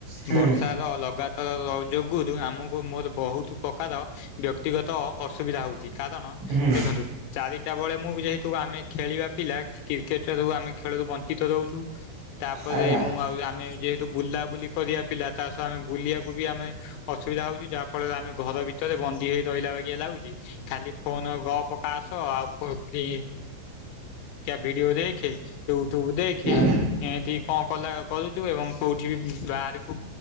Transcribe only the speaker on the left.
ବର୍ଷ ର ଲଗାତାର ଯୋଗୁରୁ ଆମକୁ ମୋର ବହୁତ ପ୍ରକାର ବ୍ୟକ୍ତି ବ୍ୟତିଗତ ଅସୁବିଧା ହଉଛି କାରଣ
ଦେଖନ୍ତୁ ଚାରିଟା ବେଳେ ମୁଁ ଯେହେତୁ ଆମେ ଖେଳିବା ପିଲା କି କେଟ ର ଆମେ ଖେଳରୁ ବଞ୍ଚିତ ରଉଛୁ ତାପରେ
ମୁଁ ଆଉ ଆମେ ଯ ୁ ବୁଲାବୁଲି କରିବା ପିଲା ତା ସହ ଆମେ ବୁଲିବାକୁ ବି ଆମେ ଅସୁବିଧା ହଉଛି ଯାହା ଫଳରେ ଆମେ ଘର ଭିତରେ ବନ୍ଦୀ ହେଇ ରହିଲା ବାଆ ଲାଗୁଛି ଖାଲି ଫୋନ ଗ ପକା ଆସ ଆଉ ଇ ଭିଡିଓ ଦେଖେ ୟୁଟୁବ ଦେଖେ
ଏମିତି କଣ କଲା କରୁଚୁ ଏବଂ କୋଉଠି ବି ବାହାରକୁ